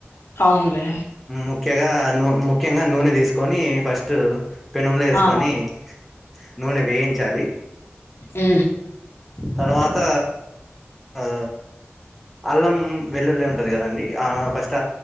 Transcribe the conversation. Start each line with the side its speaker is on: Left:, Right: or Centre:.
Left: అవునులే
Centre: ముఖ్యగా నూ ముఖ్యంగా నూనె తీస్కొని ఫస్టూ పెనుంళ్లే ఎస్కొని
Left: ఆ
Centre: నూనె వేయించాలి
Left: ఉ
Centre: తర్వాత ఉ అల్లం వెల్లుల్లుంటది కదండి ఆ ఫస్ట్